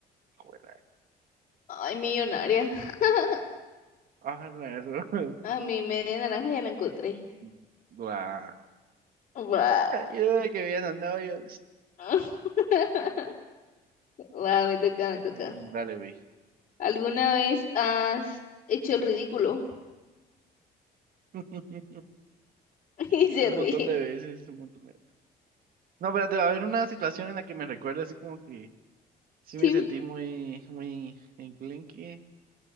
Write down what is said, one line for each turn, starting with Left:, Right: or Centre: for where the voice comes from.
Right: Joder.
Left: Ay, millonaria. <laughs>
Right: Ah, la ro-
Left: A mi media naranja ya la encontré.
Right: <laughs> Guau.
Left: Va.
Right: Ayuda, que habían andado yo.
Left: <laughs> Va, me toca, me toca.
Right: Mm, Dale, vi.
Left: ¿Alguna vez has hecho el ridículo?
Right: <laughs>
Left: <laughs> Y se
Right: Un
Left: ríe.
Right: montón de veces, un montón de... No, espérate, va a haber una situación en la que me recuerda así como que sí
Left: Sí,
Right: me sentí muy, muy enclenque.